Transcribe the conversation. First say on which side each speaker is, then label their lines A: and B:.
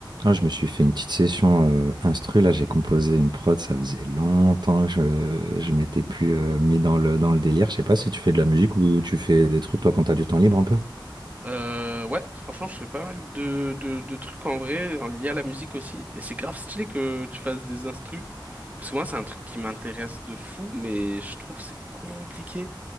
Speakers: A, on the right; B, on the right.
A: Ah, je me suis fait une petite session, heu, instru là, j'ai composé une prod, ça faisait longtemps que je je m'étais plus, heu, mis dans le dans le délire. Je sais pas si tu fais de la musique ou tu fais des trucs toi quand t'as du temps libre un peu?
B: Euh, ouais, franchement, je fais pas mal de, de, de trucs en vrai, en lié à la musique aussi. Et c'est grave stylé que tu fasses des instrus. Parce que moi, c'est un truc qui m'intéresse de fou, mais je trouve que c'est compliqué.